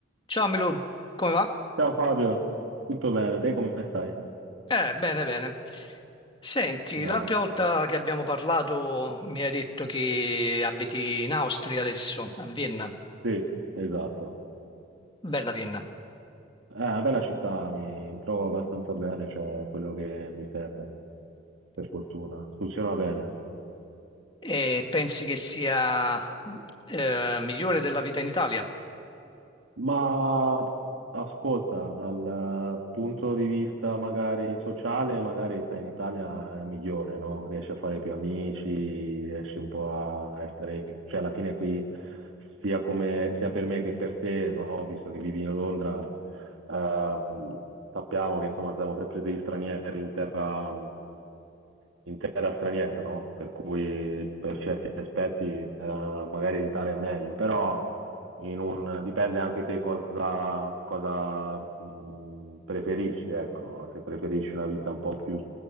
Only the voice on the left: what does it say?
Ciao Milud, come va?
Eh, bene, bene. Senti,
l'altra volta che abbiamo parlato mi hai detto che abiti in Austria adesso, a Vienna,
bella Vienna,
e pensi che sia eh, migliore della vita in Italia?